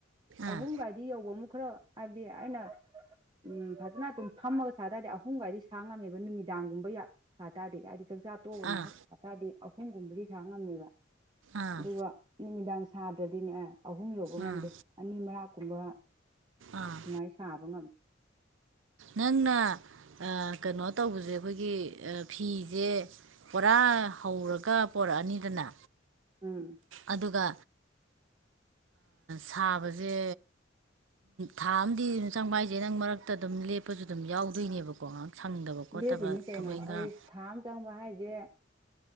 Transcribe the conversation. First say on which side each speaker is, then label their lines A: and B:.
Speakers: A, on the right; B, on the right.
A: ꯑꯥ
B: ꯑꯍꯨꯝꯒꯗꯤ ꯌꯧꯕ ꯑꯃꯛ ꯈꯔ ꯍꯥꯏꯕꯗꯤ ꯑꯩꯅ ꯎꯝ ꯐꯖꯅ ꯑꯗꯨꯝ ꯐꯝꯃꯒ ꯁꯥ ꯇꯗꯦ ꯑꯍꯨꯝꯒꯥꯏꯗꯤ ꯁꯥꯡ ꯉꯝꯃꯦꯕ ꯅꯨꯃꯤꯗꯥꯡꯒꯨꯝꯕ ꯁꯥ ꯇꯥꯗꯦ ꯍꯥꯏꯗꯤ ꯆꯥꯛꯆꯥꯥ ꯇꯣꯛꯑꯒ ꯉꯥꯏꯍꯥꯛ
A: ꯑꯥ
B: ꯁꯥꯇꯥꯥꯗꯤ ꯑꯍꯨꯝꯒꯨꯝꯕꯗꯤ ꯁꯥ ꯉꯝꯃꯦꯕ
A: ꯑꯥ
B: ꯑꯗꯨꯒ ꯅꯨꯃꯤꯗꯥꯡ ꯁꯥꯗ꯭ꯔꯗꯤꯅꯦ ꯑꯍꯨꯝ ꯌꯧꯕ ꯉꯝꯗꯦ
A: ꯑꯥ
B: ꯑꯅꯤ ꯃꯔꯛ ꯀꯨꯝꯕ
A: ꯑꯥ
B: ꯁꯨꯃꯥꯏ ꯁꯥꯕ ꯉꯝꯃꯦ
A: ꯅꯪꯅ ꯀꯩꯅꯣ ꯇꯧꯕꯁꯦ ꯑꯩꯈꯣꯏꯒꯤ ꯄꯨꯔꯥ ꯍꯧꯔꯒ ꯄꯣꯔꯛꯑꯅꯤꯗꯅ
B: ꯎꯝ
A: ꯑꯗꯨꯒ ꯁꯥꯕꯁꯦ ꯊꯥ ꯑꯃꯗꯤ ꯆꯪꯕ ꯍꯥꯏ ꯅꯪ ꯃꯔꯛꯇ ꯑꯗꯨꯝ ꯂꯦꯞꯄꯁꯨ ꯑꯗꯨꯝ ꯌꯥꯎꯗꯣꯏꯅꯦꯕꯀꯣ ꯁꯪꯗꯕ ꯈꯣꯠꯇꯕ
B: ꯂꯦꯞꯄꯤꯅꯤ ꯀꯩꯅꯣ
A: ꯊꯕꯛ ꯏꯪꯈꯥꯡ
B: ꯑꯩ ꯊꯥ ꯑꯃ ꯆꯪꯕ ꯍꯥꯏꯁꯦ